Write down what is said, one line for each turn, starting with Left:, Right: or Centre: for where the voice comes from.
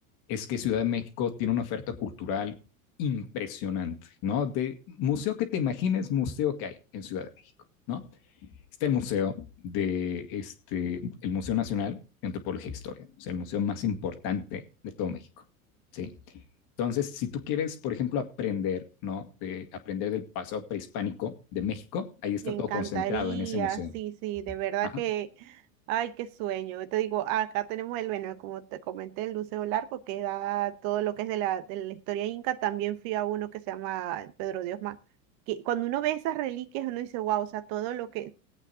Left: es que Ciudad de México tiene una oferta cultural impresionante, ¿no? De museo que te imagines, museo que hay en Ciudad de México, ¿no? Está el museo de este, el Museo Nacional de Antropología e Historia, o sea, el museo más importante de todo México, ¿sí? Entonces, si tú quieres, por ejemplo, aprender, ¿no? De aprender del pasado prehispánico de México, ahí está
Right: Me encantaría,
Left: todo concentrado en ese museo.
Right: sí, sí, de verdad
Left: Ajá,
Right: que, ay, qué sueño. Yo Te digo, acá tenemos el, bueno, como te comenté, el Museo Larco, que da todo lo que es de la, de la historia inca. También fui a uno que se llama Pedro de Osma. Que cuando uno ve esas reliquias, uno dice, wow, o sea, todo lo que,